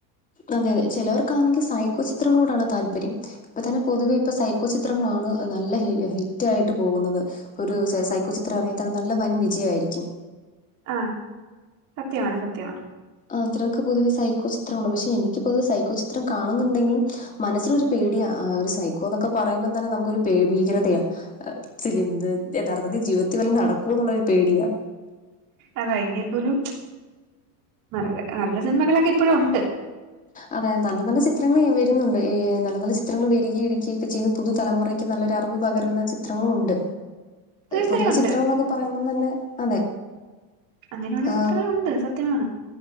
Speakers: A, on the left; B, on the right.
A: അതെ അതെ ചിലവർക്കാണെങ്കിൽ സൈക്കോ ചിത്രങ്ങളോടാണ് താല്പര്യം. ഇപ്പൊ തന്നെ പൊതുവെ ഇപ്പൊ സൈക്കോ ചിത്രങ്ങളാണ് നല്ല ഹി ഹിറ്റ് ആയിട്ട് പോകുന്നത്. ഇപ്പൊ ഒരു സൈക്കോ ചിത്രം ഇറങ്ങിയ തന്ന നല്ല വൻ വിജയമായിരിക്കും.
B: ആ സത്യമാണ് സത്യമാണ്.
A: ആ ചിലർക്ക് പൊതുവെ സൈക്കോ ചിത്രമാ പക്ഷെ എനിക്ക് പൊതുവെ സൈക്കോ ചിത്രം കാണുന്നുണ്ടെങ്കിലും. മനസ്സിലൊരു പേടിയാ ഒരു സൈക്കോ എന്നൊക്കെ പറയുമ്പോം തന്നെ നമുക്കൊരു ഭീകരതയാ. ച്ചിലിന്ത് യഥാർത്ഥത്തിൽ ജീവിതത്തിൽ വല്ലോം നടക്കോ എന്നുള്ളൊരു പേടിയാ
B: അതാ എങ്കിപ്പോലും ന നല്ല സിനിമകളൊക്കെ ഇപ്പഴും ഉണ്ട്
A: അതായ നല്ല നല്ല ചിത്രങ്ങൾ വരുന്നുണ്ട് നല്ല നല്ല ചിത്രങ്ങൾ വരിക ഇടുകൊക്കെ ചെയ്യുന്ന പുതുതലമുറ യ്ക്ക് നല്ലഅറിവ് പകരുന്ന ചിത്രങ്ങളും ഉണ്ട്
B: തീർച്ചയായും
A: പൊതുവെ
B: ഉണ്ട്
A: ചിത്രങ്ങള് എന്നൊക്കെ പറയുമ്പോം തന്നെ അതെ
B: അങ്ങനെയുള്ള
A: ആ,
B: ചിത്രങ്ങളുണ്ട് സത്യമാണ്